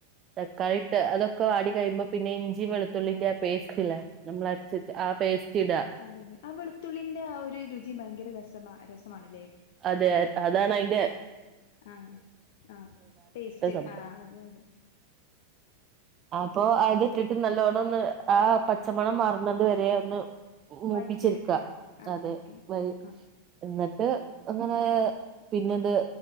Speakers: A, on the right; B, on the left.
A: തക്കാളി ഇട്ട്തൊക്കൊ വാടി കഴിയുമ്പോ പിന്നെഞ്ചിയും വെളുത്തുള്ളിന്റെ പേസ്റ്റല്ലേ നമ്മൾ അരച്ച ആ പേസ്റ്റ ഇട.
B: അതെതെ ആ വെളുത്തുള്ളിന്റെ ആ ഒരു രുചി ഭയങ്കര രസ രസമാണല്ലേ.
A: അതെ അതാണ് അയിന്റെ
B: ആഹ് ആഹ് ടേസ്റ്റ്.
A: സംഭവം
B: ആഹ് അതെ അതെ.
A: അപ്പൊ അതി ഇട്ടിട്ട് നല്ലോണ്ണം ഒന്ന് ആ പച്ചമണം മാറണതു വരെ ഒന്ന് മൂപ്പിച്ചിടുക്ക
B: വഴറ്റിയെടുക്കുക ആ
A: അതെ
B: ഓക്കെ
A: വ
B: ആ
A: എന്നിട്ട് അങ്ങനെ പിന്നെത്